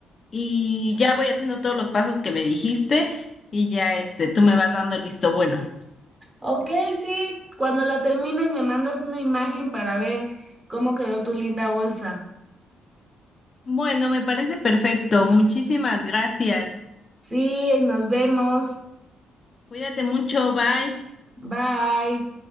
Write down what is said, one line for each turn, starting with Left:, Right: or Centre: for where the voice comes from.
Left: y ya voy haciendo todos los pasos que me dijiste y ya este, tú me vas dando el visto bueno.
Right: Ok, sí, cuando la termines me mandas una imagen para ver cómo quedó tu linda bolsa.
Left: Bueno, me parece perfecto. Muchísimas gracias.
Right: Sí, nos vemos.
Left: Cuídate mucho, bye.
Right: Bye.